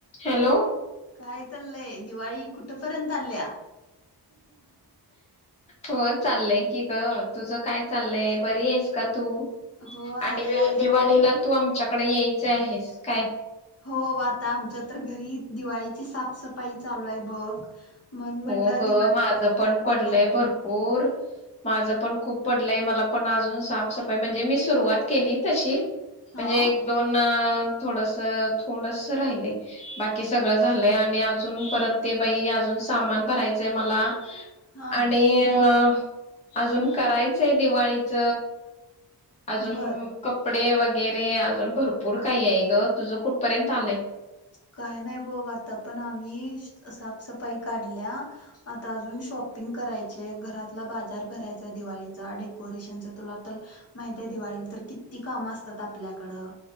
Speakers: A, on the left (about 15°); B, on the left (about 35°).
A: Hello
B: काय चाललंय दिवाळी कुठपर्यंत आल्या
A: हो चाललंय की ग तुझं काय चालय बरी आहेस का तू
B: हो आहे
A: आणि
B: आहे
A: दिवाळीला तू आम आमच्याकडे यायचं आहेस काय
B: हो आता आमच्या तर घरी दिवाळीची साफसफाई चालू आहे बघ म्हण म्हणलं
A: हो ग
B: दिवाळी
A: माझं
B: कुठपर्यंत
A: पण पडलंय
B: आल्या तुमची
A: भरपूर माझं पण खूप पडलंय मला पण अजून साफसफाई म्हणजे मी सुरुवात केली तशी म्हणजे
B: हा
A: एक दोन थोडस थोडसं राहिल बाकी सगळ झालंय आणि अजून परत ते बाई अजून सामान भरायचंय मला
B: हा
A: आणि अ अजून करायचंय दिवाळीच अजून
B: बर
A: कपडे वगैरे अजून भरपूर काही आहे ग तुझं कुठपर्यंत आलंय
B: काय नाही बग आता पण आम्ही साफसफाई काढल्या आता अजून शॉपिंग करायचे घरातला बाजार भरायचाय दिवाळीचा डेकोरेशनचा तुला तर माहिती आहे दिवाळीला तर किती काम असतात आपल्याकडं